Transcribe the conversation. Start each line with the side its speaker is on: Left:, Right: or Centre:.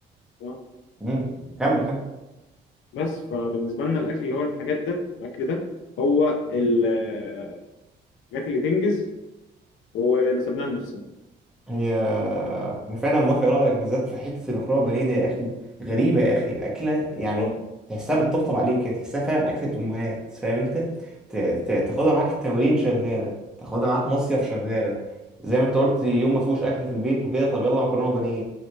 Left: آه،
Centre: امم كمل كمل
Left: بس فبالنسبه لنا الاكل اللي هو الحاجات ده الاكل ده هو ال- آه، الحاجات اللي تنجز ونسبناها لنفسنا
Centre: هي انا فعلا موافق رايك بالذات في حته المكرونه بانيه دي يا اخي غريبه يا اخي اكله يعني
Left: اه
Centre: تحسها بتطبطب عليك كده، تحسها فعلا اكله امهات فاهم انت ت- ت- تاخدها معاك التمرين شغاله تاخدها معاك مصيف شغاله زي ما انت قلت يوم ما فيهوش اكل في البيت وكده طب يلا مكرونه وبانيه